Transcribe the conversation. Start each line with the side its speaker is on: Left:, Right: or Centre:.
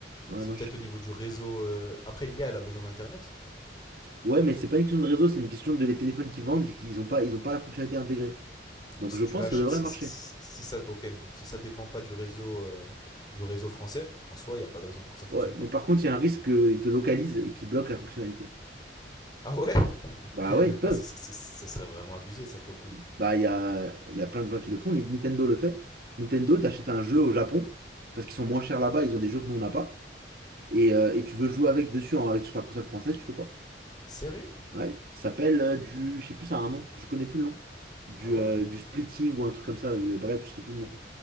Right: Ouais,
Left: C'est
Right: non,
Left: peut-être
Right: je sais
Left: au
Right: pas.
Left: niveau du réseau. euh, Après, l'IA, elle a besoin d'Internet.
Right: Ouais, mais c'est pas une question de réseau, c'est une question de les téléphones qui vendent, ils ont pas, ils ont pas la fonctionnalité intégrée.
Left: Donc,
Right: Donc
Left: si
Right: je
Left: tu
Right: pense
Left: lâches.
Right: que ça devrait
Left: Si,
Right: marcher.
Left: si- si- si ça... Ok, donc si ça dépend pas du réseau, euh, du réseau français, en soi, il n'y a pas de raison pour que ça fonctionne
Right: Ouais,
Left: pas.
Right: mais par contre, il y a un risque qu'ils te localisent et qu'ils bloquent la fonctionnalité.
Left: Ah ouais <laughs>
Right: Bah ouais, ils peuvent.
Left: Ah, c'est- c'est- ce serait vraiment abusé, ça, pour le coup.
Right: Bah il y a, il y a plein de gens qui le font. Nintendo le fait. Nintendo, t'achètes un jeu au Japon, parce qu'ils sont moins chers là-bas, ils ont des jeux que nous on n'a pas. Et, euh, et tu veux jouer avec dessus en- avec, sur ta console française, tu peux pas.
Left: Sérieux
Right: Ouais, ça s'appelle euh, du. Je sais plus, ça a un nom, je connais plus le nom. Du,
Left: Ah ouais
Right: euh, du splitting ou un truc comme ça, je- bref, je sais plus le nom.